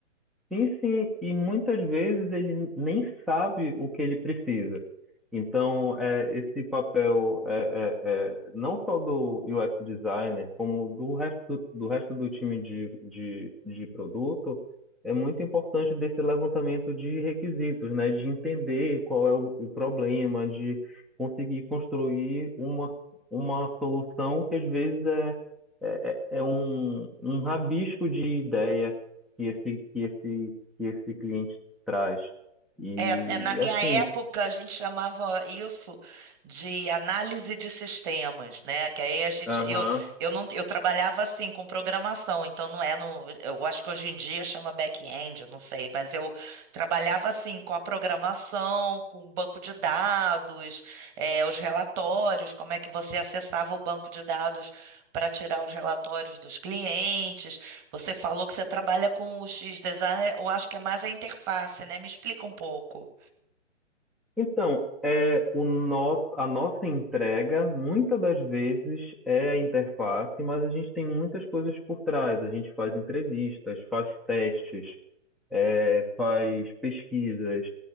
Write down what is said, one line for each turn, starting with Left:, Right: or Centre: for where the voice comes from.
Centre: Sim, sim, e muitas vezes ele nem sabe o que ele precisa. Então, é, esse papel é, é, é, não só do UX designer, como do resto do resto do time de, de, de produto, é muito importante desse levantamento de requisitos, né? De entender qual é o, o problema, de conseguir construir uma, uma solução que às vezes é, é, é é um, um rabisco de ideia que esse, que esse, que esse cliente traz. E
Right: É, é, na minha
Centre: assim,
Right: época, a gente chamava isso de análise de sistemas, né? Que aí a gente,
Centre: aham.
Right: eu, eu não, eu trabalhava assim com programação, então não é no, eu acho que hoje em dia chama back-end, eu não sei, mas eu trabalhava assim com a programação, com o banco de dados, eh, os relatórios, como é que você acessava o banco de dados para tirar os relatórios dos clientes. Você falou que você trabalha com o X-Design, eu acho que é mais a interface, né? Me explica um pouco.
Centre: Então, é, o nosso, a nossa entrega, muitas das vezes, é a interface, mas a gente tem muitas coisas por trás. A gente faz entrevistas, faz testes, eh, faz pesquisas,